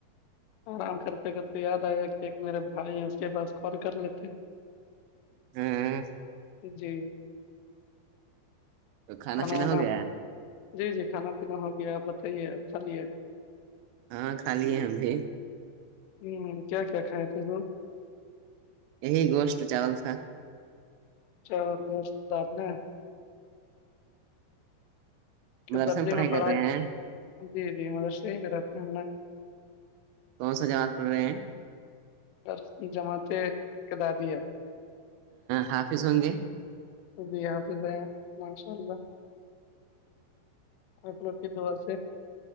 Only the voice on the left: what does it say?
آرام کرتے کر تو یاد آئے گا کہ ایک میرے بھائی ہیں اس کے پاس کال کر لیتے ہیں <inaudible>
جی
کھانا
وانا
جی جی کھانا کتنا ہو گیاپ بتائیے ا چلے
ہمم کیا کیا کھا تھا تو
چن رشت دار ن
ف درجی میں پڑھائی
جی جی مدرسے رہتے ہیں ہم نے
بر جماعتیں کے دادیا
ا بھیی حافظ ہیں ماشاء اللہ ملو کی دوو سے